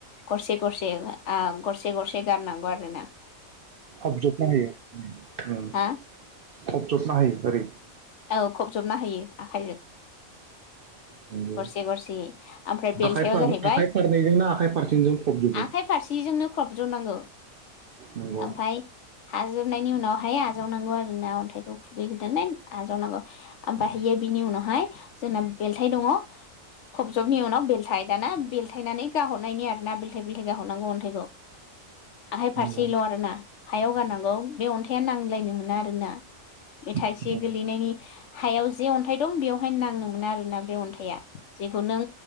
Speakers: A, on the left; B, on the right.
A: गरसे गरसे आ गरसे गरसे गारनांगौ आर रो ना
B: अबजेक्ट नाहैयो ओम
A: हा
B: खबजोबना हायो ओरै
A: औ खबजबना होयो आखाइजों
B: नंगौ
A: गरसे गरसे ओमफ्राय बेलथायाव
B: आखाइ फार
A: जाहैबाय
B: आखाइ फारनैजोंना आखाइ फारसेजों फबजोबो
A: आखाइ फारसेजोंनो खबजनांगौ
B: नंगौ
A: ओमफ्राय हाजोबनायनि उनावहाय जावनांगौ आरोना थायखौ खुगैगदोननाय आजावनांगौ ओमहयो बिनि उनावहाय जोंना बेलथाय दङ खब जबनि उनाव बेलथाइ दाना बेलथायनानै गाहरनायनि आरो ना बेल थाइ बेल थाइ गारहर नांगौ अन्थाइखौ आखाइ
B: नंगौ
A: फारसेल आरोना हायाव गारनांगौ बे अन्थाइ थाया नांलायनो मोना आरोना बे थाइसे
B: औ
A: गोलैनायनि हायाव जे अन्थाइ दं बेवहायनो नांनो मोना आरोना बे अन्थाइया जेखौ नों